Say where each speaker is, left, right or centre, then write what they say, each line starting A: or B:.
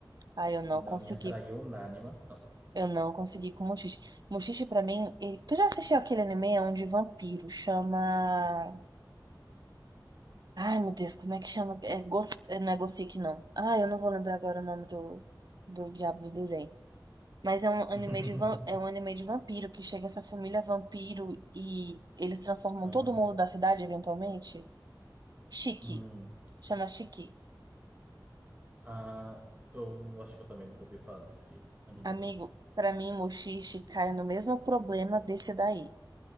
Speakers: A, on the right; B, on the right.
A: Aí eu não
B: não
A: consegui.
B: me atraiu na animação.
A: Eu não consegui com o Mushishi. Mushishi, pra mim. ele- Tu já assistiu aquele anime? É um de vampiro. Chama. Ai, meu Deus, como é que chama? É, Gos... é, Não é Gothic, não. Ah, eu não vou lembrar agora o nome do, do diabo do desenho. Mas é um anime
B: <laughs>
A: de van... é um anime de vampiro que chega essa família vampiro e eles transformam
B: Aham.
A: todo mundo da cidade eventualmente. Chique.
B: Hum.
A: Chama Chique.
B: Ah, eu acho que eu também nunca ouvi falar desse anime,
A: Amigo,
B: não.
A: pra mim, Mushishi cai no mesmo problema desse daí.